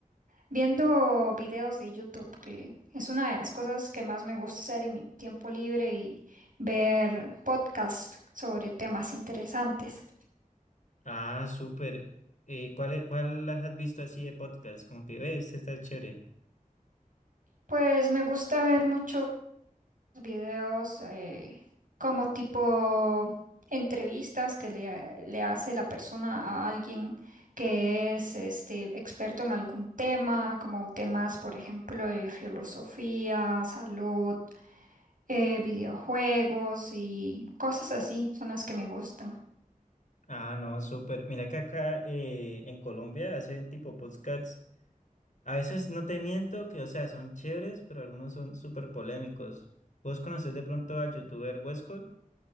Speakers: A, on the right (about 70°); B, on the left (about 60°).
A: viendo videos de YouTube, que es una de las cosas que más me gusta hacer en mi tiempo libre y ver podcasts sobre temas interesantes.
B: Ah, súper. Eh, ¿cuál, e- cuál las has visto así de podcast? Como que ves, está chévere.
A: Pues me gusta ver mucho videos eh, como tipo entrevistas que le, le hace la persona a alguien que es este experto en algún tema, como temas, por ejemplo, de filosofía, salud, eh, videojuegos y cosas así, son las que me gustan.
B: Ah, no, súper. Mira que acá eh, en Colombia hacen tipo podcasts. A veces no te miento que, o sea, son chéveres, pero algunos son súper polémicos. ¿Vos conocés de pronto al youtuber Huesco?